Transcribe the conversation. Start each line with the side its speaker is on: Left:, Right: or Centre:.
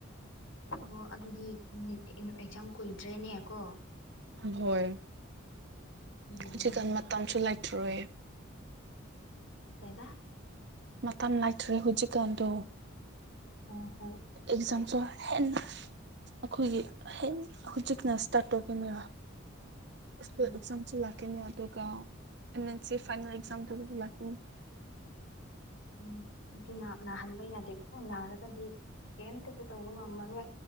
Left: ꯑꯣ ꯑꯗꯨꯗꯤ ꯅꯣꯏ ꯑꯦꯛꯖꯥꯝ ꯀꯨꯏꯗ꯭ꯔꯦꯅꯦ ꯀꯣ
Right: ꯍꯣꯏ
Left: ꯎꯝ
Right: ꯍꯧꯖꯤꯛꯀꯥꯟ ꯃꯇꯝꯁꯨ ꯂꯩꯇ꯭ꯔ
Left: ꯇꯥꯏꯕ
Right: ꯃꯥꯟ ꯂꯥꯏꯇ꯭ꯔꯦ ꯍꯨꯖꯤꯛꯗꯨ
Left: ꯑ
Right: ꯑꯦꯛꯖꯝꯁꯨ ꯍꯦꯟꯅ ꯑꯩꯈꯣꯏꯒꯤ ꯍ ꯍꯧꯖꯤꯛꯅ ꯏꯁꯇꯥꯔꯠ ꯇꯧꯈꯤꯕꯅꯦꯕ
Left: ꯎꯝ
Right: ꯨ ꯑꯦꯛꯖꯥꯝꯁꯨ ꯂꯥꯛꯀꯅꯤ ꯑꯗꯨꯒꯟ ꯑꯦꯟ ꯁꯤ ꯐꯥꯏꯅꯦꯜ ꯑꯦꯛꯖꯝ ꯌꯥꯀ
Left: ꯎꯝ ꯑꯗꯨꯅ ꯅꯥꯍꯟꯕ ꯌꯥꯗꯦ ꯈ ꯅꯥꯔꯒꯗꯤ ꯀꯩꯝꯇ ꯇꯧꯕ ꯉꯝꯃꯔꯣꯏ